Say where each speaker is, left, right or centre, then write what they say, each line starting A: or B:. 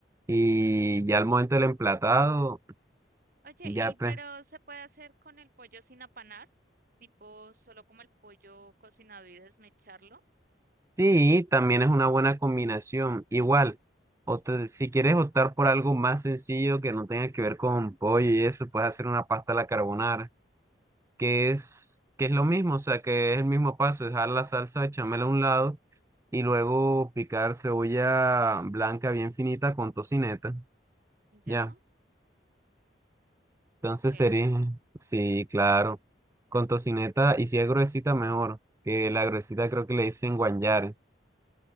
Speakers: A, on the right; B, on the right.
A: Y ya al momento del emplatado,
B: Oye,
A: ya
B: ¿y
A: pues.
B: pero se puede hacer con el pollo sin apanar? Tipo, solo como el pollo cocinado y desmecharlo.
A: Sí, también es una buena combinación. Igual, otra- si quieres optar por algo más sencillo que no tenga que ver con pollo y eso, puedes hacer una pasta a la carbonara. que es, que es lo mismo, o sea, que es el mismo paso, dejar la salsa bechamel a un lado y luego picar cebolla blanca bien finita con tocineta,
B: Ya,
A: ya.
B: ok.
A: Entonces sería, sí, claro, con tocineta y si es gruesita mejor, que la gruesita creo que le dicen guanyare.